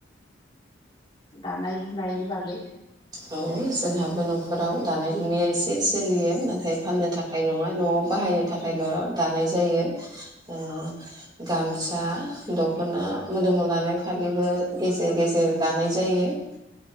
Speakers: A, on the left; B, on the right.
A: दानाय लुनायनि बागै ।
B: औ जोंहाबो न'खराव दानाय लुनाया एसे सोलियो नाथाय फाननो थाखाय नङा न'आव बाहायनो थाखाय थाखायल' दानाय जायो ओ गाम गसा, दख'ना, मोदोमाव लानाय फालिबो गेजेर गेजेर दानाय जायो ।